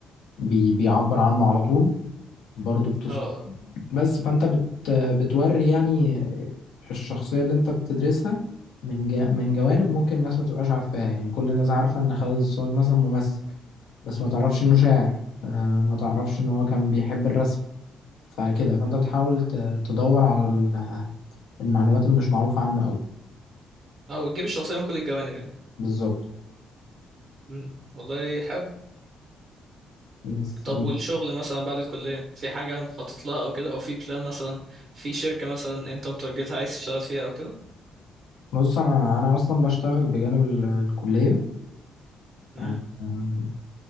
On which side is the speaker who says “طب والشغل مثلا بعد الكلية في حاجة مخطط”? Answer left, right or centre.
Right